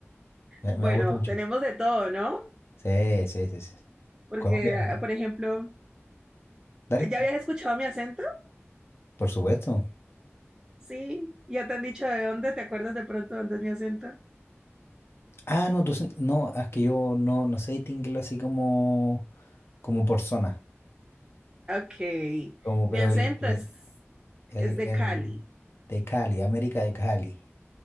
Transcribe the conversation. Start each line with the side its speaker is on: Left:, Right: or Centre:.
Left: Me,
Right: bueno,
Left: me gusta mucho.
Right: tenemos de todo, ¿no?
Left: Sí, sí, sí, sí.
Right: Porque,
Left: Colombia,
Right: por ejemplo,
Left: dale,
Right: ¿ya
Left: dale.
Right: habías escuchado mi acento?
Left: por supuesto.
Right: Sí, ya te han dicho de dónde, ¿te acuerdas de pronto dónde es mi acento?
Left: Ah, no, tú, sen- no, es que yo no, no sé distinguirlo así como, como por zona,
Right: Ok,
Left: como, pero
Right: mi acento
Left: el, el,
Right: es,
Left: el,
Right: es de
Left: el
Right: Cali.
Left: de Cali, América de Cali.